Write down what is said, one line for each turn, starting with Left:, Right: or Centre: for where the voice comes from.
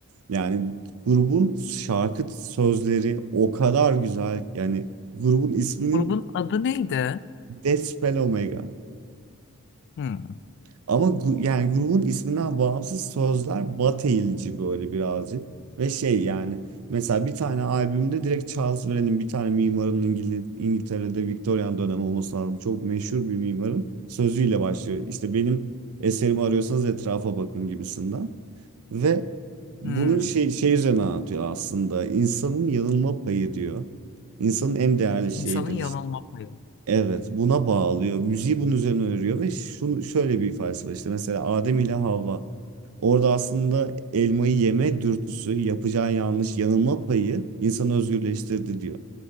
Right: yani grubun şarkı sözleri o kadar güzel. Yani grubun isminin
Left: Grubun adı neydi?
Right: Dead Spell Omega.
Left: Hmm.
Right: Ama gu- yani grubun isminden bağımsız sözler bateyilci böyle birazcık. Ve şey yani mesela bir tane albümde direkt Charles Wren'in bir tane mimarın İngil İngiltere'de Victorian dönemi olması lazım. Çok meşhur bir mimarın sözüyle başlıyor. İşte benim eserimi arıyorsanız etrafa bakın gibisinden. Ve bunun
Left: Hmm.
Right: şey, şey üzerine anlatıyor aslında. İnsanın yanılma payı diyor. İnsanın en değerli şeyidir.
Left: İnsanın yanılma
Right: İşte
Left: payı.
Right: Evet, buna bağlıyor. Müziği bunun üzerine örüyor ve şunu şöyle bir ifadesi var işte mesela Adem ile Havva. Orada aslında elmayı yeme dürtüsü, yapacağı yanlış, yanılma payı insanı özgürleştirdi diyor.